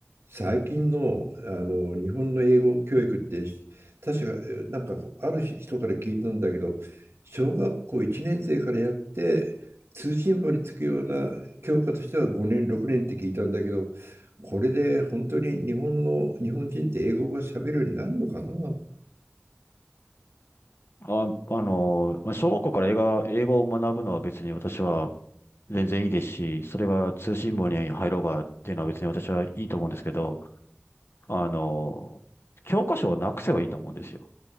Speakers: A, on the right; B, on the left.
A: 最近の、あの日本の英語教育って確かなんかある人から聞いたんだけど小学校1年生からやって通信簿につくような教科としては5年6年って聞いたんだけどこれで本当に日本の日本人って英語が喋るようになるのかな
B: あ、あの、まあ小学校から英語英語を学ぶのは別に私は全然いいですし、それが通信簿に入ろうがっていうのは別に私はいいと思うんですけど、あの、教科書をなくせばいいと思うんですよ。